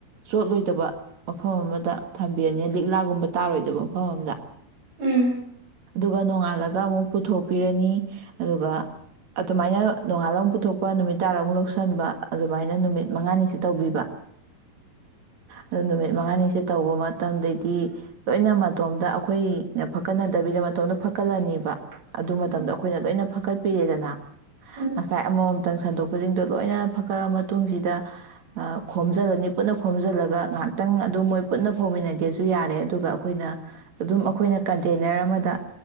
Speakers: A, on the right (about 55°); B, on the right (about 80°).
A: ꯆꯣꯠꯂꯣꯏꯗꯕ ꯃꯐꯝ ꯑꯃꯗ ꯊꯝꯕꯤꯔꯅꯤ ꯂꯤꯛꯂꯥꯒꯨꯝꯕ ꯇꯥꯔꯣꯏꯗꯕ ꯃꯐꯝ ꯑꯃꯗ
B: ꯎꯝ
A: ꯑꯗꯨꯒ ꯅꯣꯡꯉꯥꯜꯂꯒ ꯑꯃꯨꯛ ꯄꯨꯊꯣꯛꯄꯤꯔꯅꯤ ꯑꯗꯨꯒ ꯑꯗꯨꯃꯥꯏꯅ ꯅꯣꯡꯉꯥꯜꯂ ꯑꯃꯛ ꯄꯨꯊꯣꯛꯄ ꯅꯨꯃꯤꯠ ꯇꯥꯔꯥ ꯑꯃꯨꯛ ꯂꯧꯁꯟꯕ ꯑꯗꯨꯃꯥꯏꯅ ꯅꯨꯃꯤꯠ ꯃꯉꯥꯅꯤꯁꯦ ꯇꯧꯕꯤꯕ ꯑꯗꯨ ꯅꯨꯃꯤꯠ ꯃꯉꯥꯅꯤꯁꯦ ꯇꯧꯕ ꯃꯇꯝꯗꯩꯗꯤ ꯂꯣꯏꯅ ꯃꯇꯣꯝꯗ ꯑꯩꯈꯣꯏꯅ ꯐꯀꯠꯅꯗꯕꯤꯗ ꯃꯇꯣꯝꯇ ꯐꯛꯀꯠꯂꯅꯤꯕ ꯑꯗꯨ ꯃꯇꯝꯗ
B: ꯎꯝ
A: ꯑꯩꯈꯣꯏꯅ ꯂꯣꯏꯅ ꯍꯥꯀꯠꯄꯤꯔꯦꯗꯅ
B: ꯎꯝ
A: ꯑꯁꯥꯏ ꯑꯃ ꯉꯍꯥꯛꯇꯪ ꯁꯟꯗꯣꯛꯄꯁꯤꯡꯗꯣ ꯂꯣꯏꯅ ꯐꯒꯠꯂ ꯃꯇꯨꯡꯁꯤꯗ ꯈꯣꯝꯖꯤꯜꯂꯅꯤ ꯄꯨꯟꯅ ꯈꯣꯝꯖꯤꯜꯂꯒ ꯉꯥꯏꯍꯥꯛꯇꯪ ꯑꯗꯨꯝ ꯃꯣꯏ ꯄꯨꯟꯅ ꯐꯣꯝꯃꯤꯟꯅꯒꯦꯁꯨ ꯌꯥꯔꯦ ꯑꯗꯨꯒ ꯑꯩꯈꯣꯏꯅ ꯑꯗꯨꯝ ꯑꯩꯈꯣꯏꯅ ꯀꯟꯇꯦꯅꯔ ꯑꯃꯗ